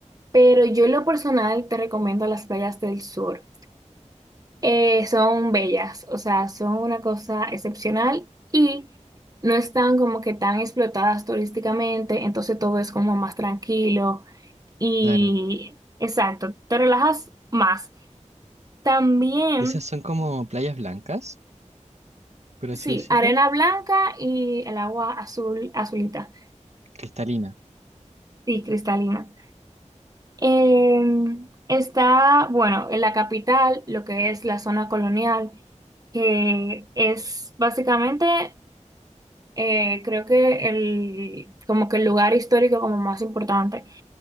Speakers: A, on the right; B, on the right.
A: Pero yo en lo personal te recomiendo las playas del sur eh, son bellas, o sea, son una cosa excepcional y no están como que tan explotadas turísticamente, entonces todo es como más tranquilo y
B: claro.
A: exacto, te relajas más. También,
B: Esas son como playas blancas, por así
A: sí,
B: decirlo.
A: arena blanca y el agua azul, azulita,
B: Cristalina.
A: sí, cristalina. Em, está, bueno, en la capital, lo que es la zona colonial, que es básicamente eh, creo que el, como que el lugar histórico como más importante,